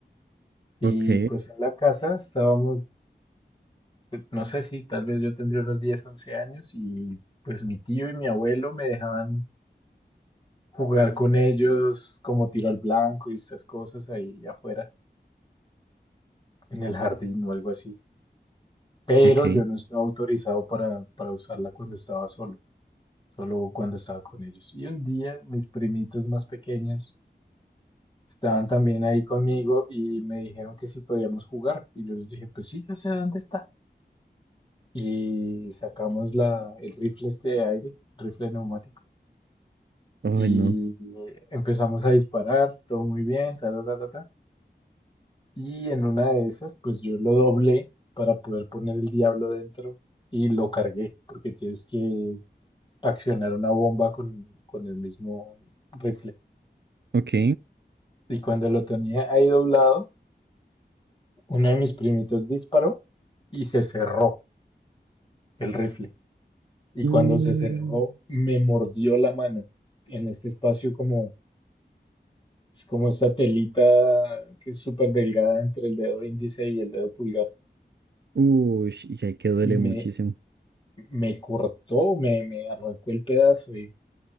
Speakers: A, on the right (about 75°); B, on the left (about 30°).
A: Ok,
B: Y pues en la casa estábamos, no sé si tal vez yo tendría unos 10 11 años y pues mi tío y mi abuelo me dejaban jugar con ellos como tiro al blanco y estas cosas ahí afuera, en el jardín o algo así. Pero
A: ok.
B: yo no estaba autorizado para, para usarla cuando estaba solo. solo cuando estaba con ellos. Y un día mis primitos más pequeños estaban también ahí conmigo y me dijeron que si podíamos jugar. Y yo les dije, pues sí, yo sé dónde está. Y sacamos la, el rifle este de aire, rifle neumático.
A: Ay,
B: Y
A: no.
B: empezamos a disparar, todo muy bien, ta, ta, ta, ta, ta. Y en una de esas, pues yo lo doblé para poder poner el diablo dentro y lo cargué, porque tienes que accionar una bomba con, con el mismo rifle.
A: Ok.
B: Y cuando lo tenía ahí doblado, uno de mis primitos disparó y se cerró el rifle. Y
A: Mm,
B: cuando se cerró, me mordió la mano en este espacio como, es como esta telita que es súper delgada entre el dedo índice y el dedo pulgar.
A: Uy, y ahí que duele
B: Y me,
A: muchísimo.
B: me cortó, me, me arrancó el pedazo y,